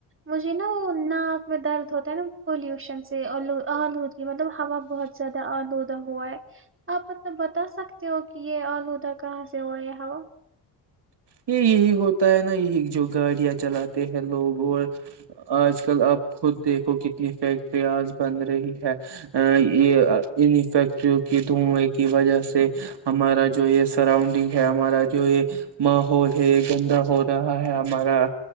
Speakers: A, on the right; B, on the right.
A: مجھے نا وہ ناک میں درد ہوتا ہے نا پولوشن سے آلودی مطلب ہوا بہت زیادہ آلودہ ہوا ہے آپ مطلب بتا سکتے ہو کہ یہ آلودہ کہاں سے ہوا ہے یہ ہوا
B: یہ یہی ہوتا ہے نا یہی جو گاڑیاں چلاتے ہیں لوگ اور آج کل آپ خود دیکھو کتنی فیکٹریاز بن رہی ہے یہ انیں فیکٹریوں کی دھوئیں کی وجہ سے ہمارا جو یہ سراؤڈنگ ہے ہمارا جو یہ ماحول ہے گندا ہو رہا ہے ہمارا